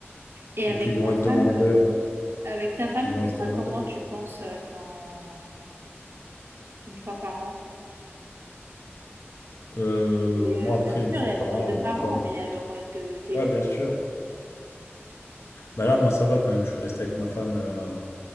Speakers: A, on the right; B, on the left.
A: Et avec
B: Ou qu'ils
A: ta
B: vont être demandeurs.
A: femme, euh, avec ta
B: Donc
A: femme,
B: ils vont
A: tu
B: être
A: seras
B: demandeurs.
A: comment, tu penses, euh, quand une fois par an?
B: Euh,
A: Mais,
B: moi
A: euh, bien
B: après,
A: sûr,
B: une fois
A: il y a le
B: par
A: rôle
B: an,
A: de parent,
B: ma femme.
A: mais il y a le rôle de d'époux.
B: Ouais, bien sûr. Bah là, moi ça va quand même, je suis resté avec ma femme euh,